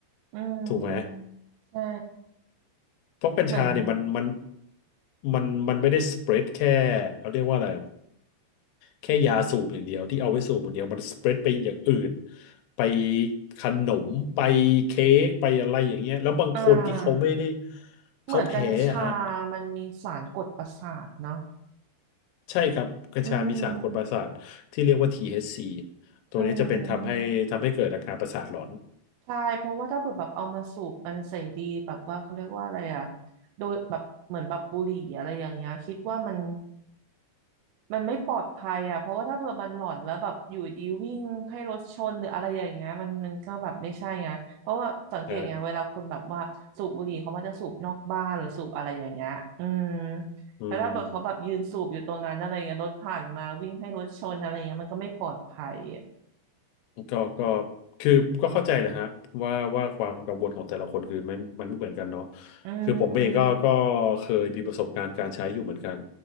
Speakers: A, on the right; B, on the left.
A: อื
B: ถูกไหม
A: ม ใช่
B: เพราะกัญชาเนี่ยมันมัน
A: เหมือน
B: มันมันไม่ได้สเปรดแค่เขาเรียกว่าอะไรอะแค่ยาสูบอย่างเดียวที่เอาไว้สูบอย่างเดียวมันสเปรดไปอย่างอื่นไปขนมไปเค้กไปอะไรอย่างเงี้ยแล้วบางคนที่เขาไม่ได้
A: อ่าเหมือนกัญชา
B: เขาแพ้อะฮะ
A: มันมีสารกดประสาทเนาะ
B: ใช่ครับกัญชามีสารกดประสาทที่เรียกว่า
A: อืม
B: THC ตัวนี้จะเป็นทำให้ทำให้เกิดอาการประสาทหลอน
A: อืมใช่เพราะว่าถ้าเกิดแบบเอามาสูบกันเสรีแบบว่าเขาเรียกว่าอะไรอะโดยแบบเหมือนแบบบุหรี่อะไรอย่างเงี้ยคิดว่ามัน มันไม่ปลอดภัยอ่ะ เพราะว่าถ้าเผื่อมันหลอนแล้วแบบอยู่ดีวิ่งให้รถชนหรืออะไรอย่างเงี้ยมันมันก็แบบไม่ใช่ไงเพราะว่าสังเกตไงเวลาคนแบบว่าสูบบุหรี่เขามักจะสูบนอกบ้านหรือสูบอะไรอย่างเงี้ยอืม
B: ใช่อืม
A: แล้วถ้าเกิดเขาแบบยืนสูบอยู่ตรงนั้นอะไรเงี้ยรถผ่านมาวิ่งให้รถชนอะไรเงี้ยมันก็ไม่ปลอดภัยอะ
B: ก็ก็คือก็เข้าใจแหละฮะว่าว่าความกังวลของแต่ละคนคือมันมันไม่เหมือนกันเนาะ
A: อื
B: คือผมเองก็ก็
A: ม
B: เคยมีประสบการณ์การใช้อยู่เหมือนกัน